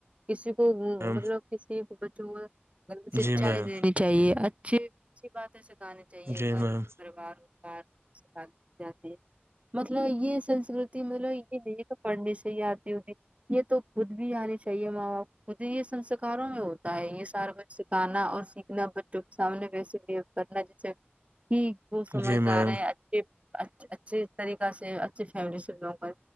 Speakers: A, on the right; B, on the right.
A: کسی کو
B: میم
A: مطلب کسی بچوں کوگلت سکشا
B: جی میم
A: نہیں دینی چاہیے اچھی اچھی باتے سکانی چاہیے
B: جی
A: گھر
B: میم
A: پریوارار جات مطلب یہ سنسکرتی مطلب یہ نہیں پڑھنے سے ہی آتی ہوگی یہ تو خود بھی آنی چاہیے ماں باپ خود ہی یہ سنسکاروں میں ہوتا ہے یہ سارا کچھ سکھانا اور سیکھنا بچوں کے سامنے کیسے بیھوے کرنا جیسے ٹھیک وہ سمجھدار
B: جی میم
A: ہے یار اچھی طریقہ سے اچھی فیملی سے بلونگ کر